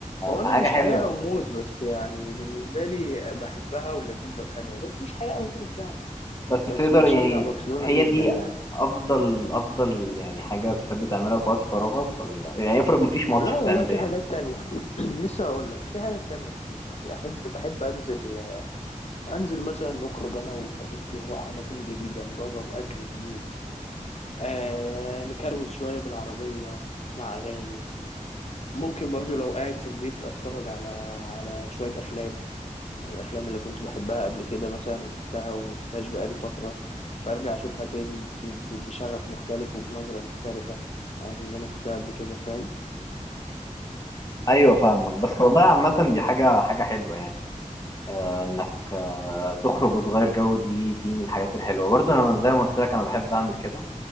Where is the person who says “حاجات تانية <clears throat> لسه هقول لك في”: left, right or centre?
Left